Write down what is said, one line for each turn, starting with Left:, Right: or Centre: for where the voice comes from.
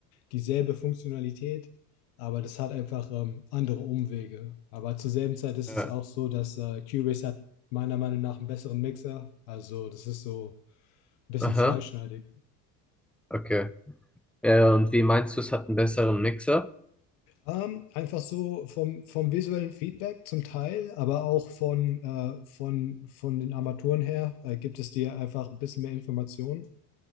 Left: dieselbe Funktionalität, aber das hat einfach ähm, andere Umwege. Aber zur selben Zeit ist
Centre: ja,
Left: es auch so, dass äh, Cubase hat meiner Meinung nach einen besseren Mixer. Also das ist so ein bisschen
Centre: aha,
Left: zweischneidig.
Centre: okay. Ja, ja, und wie meinst du, es hat einen besseren Mixer?
Left: Ähm, einfach so vom, vom visuellen Feedback zum Teil, aber auch von, äh, von, von den Armaturen her äh, gibt es dir einfach ein bisschen mehr Informationen